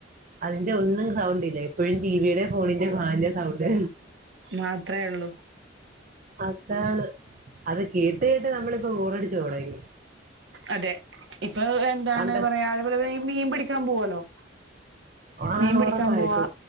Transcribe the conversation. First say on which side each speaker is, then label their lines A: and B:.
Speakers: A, on the right (about 40°); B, on the right (about 65°).
A: അതിന്റെ ഒന്നും സൗണ്ട് ല്ലേ ഇപ്പഴും ടീവിടെ ഫോണിന്റെ ഫാൻന്റെ സൗണ്ട്
B: മാത്രെ ഒള്ളൂ
A: അതാണ് അത് കേട്ട് കേട്ട് നമ്മളിപ്പോ ബോറടിച്ചു തൊടങ്ങി
B: അതെ ഇപ്പൊ എന്താണ്
A: പണ്ട്
B: പറയാ അതേപോലെ ഈ മീൻ പിടിക്കാൻ പോവല്ലോ
A: ആഹ്
B: മീൻ പിടിക്കാൻ
A: ഉറപ്പായിട്ട്
B: പോവാ